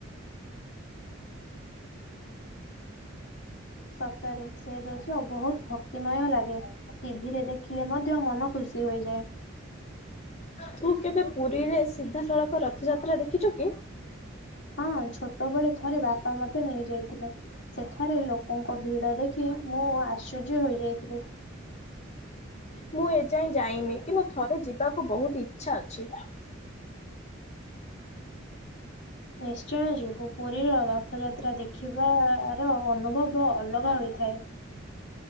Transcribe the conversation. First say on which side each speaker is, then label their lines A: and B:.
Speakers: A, on the left; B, on the left.
A: <inaudible> ସପ୍ତରେ ସେ ଦୃଶ୍ୟ ବହୁତ ଭକ୍ତିମୟ ଲାଗେ ଟିଭିରେ ଦେଖିଲେ ମ ମଧ୍ୟ ମନ ଖୁସି ହୋଇଯାଏ।
B: ତୁ କେବେ ପୁରୀରେ ସିଧାସଳଖ ରଥଯାତ୍ରା ଦେଖିଛୁ କି?
A: ହଁ ଛୋଟବେଳେ ଥରେ ବାପା ମତେ ନେଇଯାଇଥିଲେ ସେଠାରେ ଲୋକଙ୍କ ଭିଡ ଦେଖି ମୁଁ ଆଶ୍ଚର୍ଯ୍ୟ ହୋଇଯାଇଥିଲି।
B: ମୁଁ ଏଯାଏଁ ଯାଇନି କିନ୍ତୁ ଥରେ ଯିବାକୁ ବହୁତ ଇ ଇଛା ଅଛି।
A: ନିଶ୍ଚୟ ଯିବୁ ପୁରୀର ରଥଯାତ୍ରା ଦେଖିବାର ଅନୁଭବ ଅଲଗା ହୋଇଥାଏ।